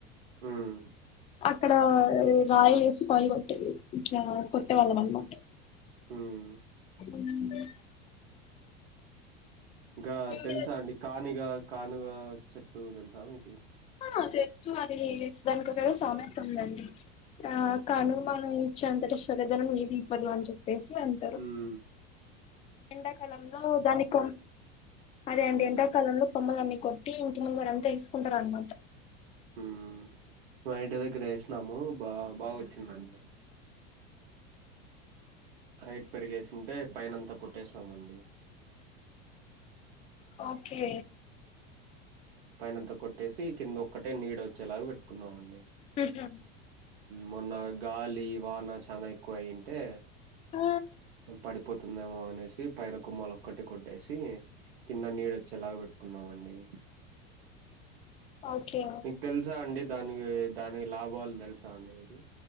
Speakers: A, on the right (about 80°); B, on the left (about 20°).
A: హ్మ్
B: అక్కడ అది రాయేసి పయ కొట్టే ఇట్టా కొట్టేవాళ్ళం అనమాట
A: మ్మ్
B: ఉ
A: ఇంకా
B: దగ్గర
A: తెలుసా అండి కానీక కానుగ చెట్టు తెలుసా మీకు
B: ఆ తెల్సు అది ఏ సామెత ఉందండి ఆ కాను
A: హ్మ్
B: మనం ఇచ్చేంతట స్గధనం ఏది ఇవ్వదు అని చెప్పే అంటారు
A: ఉ
B: ఎండాకాలంలో దానికి అదే అండి
A: హ్మ్
B: ఎండాకాలంలో కొమ్మలన్నీ కొట్టి ఇంటి ముందురంతా ఎసుకుంటారనమాట
A: హ్మ్ మా ఇంటి దగ్గర వేసినాము బా బాగా వచ్చిందండి హైట్ పెరిగేసింటే పైన అంతా కొట్టేస్తామండి
B: ఓకే
A: పైనంతా కొట్టేసి కింద ఒక్కటే నీడ వచ్చేలాగా పెట్టుకుందాం అండి
B: అహా
A: మొన్న గాలి వాన చనా ఎక్కువయింటే
B: ఆ
A: పడిపోతుందేమో అనేసి పైన ఒక మొలొక్కటి కొట్టేసి కింద నీడ వచ్చేలాగా కున్నామండి
B: ఓకే
A: మీకు తెలుసా అండి దానికి దానికి లాభాలు తెలుసా అండి మీకి